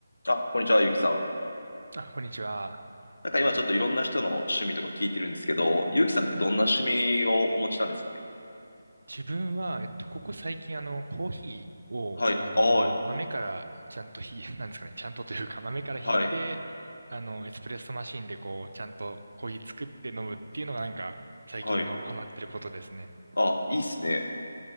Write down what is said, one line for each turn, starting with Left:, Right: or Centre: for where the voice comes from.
Left: あ、こんにちは、ゆうきさん。
Right: あ、こんにちは。
Left: なんか今ちょっといろんな人の趣味とか聞いてるんですけど、ゆうきさんってどんな趣味をお持ちなんですかね
Right: 自分は、えっと、ここ最近、あの、コーヒーを、
Left: はい、
Right: あの、
Left: ああ、
Right: 豆からちゃんとひ、<laughs> なんですかね、ちゃんとというか、豆からひいて、
Left: はい、
Right: あの、エスプレッソマシンで、こう、ちゃんとコーヒー作って飲むっていうのが、なんか、最近のハマってることですね。
Left: はい。あ、いいっすね。